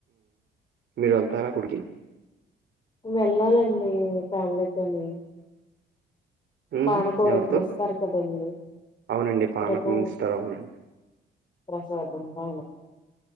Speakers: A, on the right (about 60°); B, on the left (about 25°).
A: మీరు వెళ్తారా? గుడికి
B: వెళ్లాలండి ఫ్యామిలీతోని
A: హ్మ్
B: పానకం
A: ఎవరితో
B: వేస్తారు కదండి
A: అవునండీ పానకం
B: రేపు
A: ఇస్తారు ఆ ఉర్లొ
B: ప్రసాదం అవును